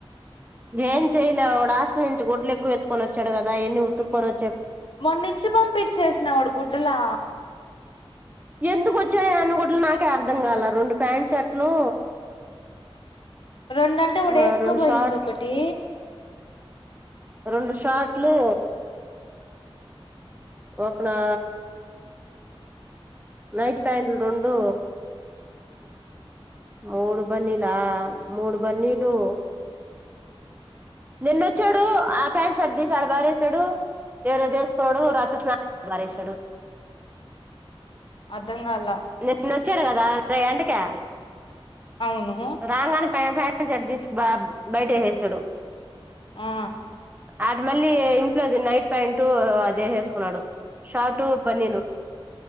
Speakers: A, on the right; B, on the left.
A: ఏం చేయలా వాడు హాస్టల్ నుంచి గుడ్లు ఎక్కువ ఎత్తుకొనోచ్చాడు కదా ఆయన్ని ఉతుక్కొనొ
B: మొన్న ఇచ్చి పంపించేసిన వాడు గుడ్డలా
A: ఎందుకు వచ్చాయో అన్ని గుడ్డలు నాకే అర్ధం కాల రెండు ప్యాంట్ షర్ట్లు
B: రెండంటే వడేఏసుకోపోయింది
A: ఆ రెండు షార్ట్
B: ఒకటి
A: రెండు షాట్లు ఒకనా నైట్ ప్యాంట్లు రెండు మూడు బనిలా మూడు బన్నిలు నిన్న వచ్చాడు ఆ ప్యాంట్ షర్ట్ తీసి ఆడ పారేశాడు. వేరేది ఏసుకోడు రాత్రి స్నా చేసి పారేశాడు
B: అర్ధం కాల
A: నిన్న వచ్చాడు కదా ఎర్ర ఎండకి
B: అవును
A: రాంగానే పైన ప్యాంటు షర్టు తీసి బ బయట ఏసేసాడు.
B: ఆ
A: ఆడు మళ్ళీ ఇంట్లోది నైట్ ప్యాంటు అదే ఏసేసుకున్నాడు షార్ట్ బన్నిను